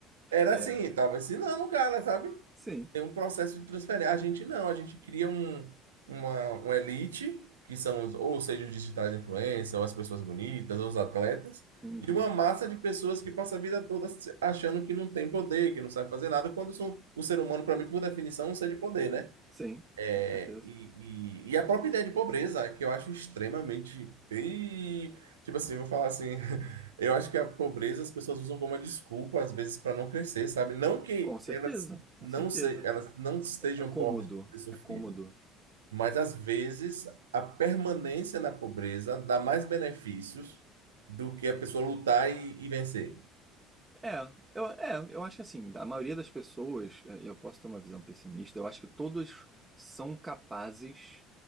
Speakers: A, on the right; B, on the right.
A: Era
B: é.
A: assim, tava ensinando o cara, sabe?
B: Sim.
A: tem um processo de transferência. A gente não, a gente cria um, uma, uma elite, que são, os- ou seja, os digitais influencers, ou as pessoas bonitas, ou os atletas,
B: Uhum.
A: e uma massa de pessoas que passa a vida toda se- achando que não tem poder, que não sabe fazer nada, quando são, o ser humano, para mim, por definição, é um ser de poder, né?
B: Sim,
A: É,
B: com certeza.
A: e, e- e a própria ideia de pobreza, que eu acho extremamente. Ih, tipo assim, vou falar assim. <laughs> Eu acho que a pobreza as pessoas usam como uma desculpa, às vezes, para não crescer, sabe? Não que
B: Com certeza,
A: elas
B: com
A: não,
B: certeza.
A: se, elas não estejam
B: É cômodo,
A: pobres por ter sofrido,
B: é cômodo.
A: mas às vezes a permanência na pobreza dá mais benefícios do que a pessoa lutar e, e vencer.
B: É, eu, é, eu acho que assim, a maioria das pessoas, é, eu posso ter uma visão pessimista, eu acho que todos são capazes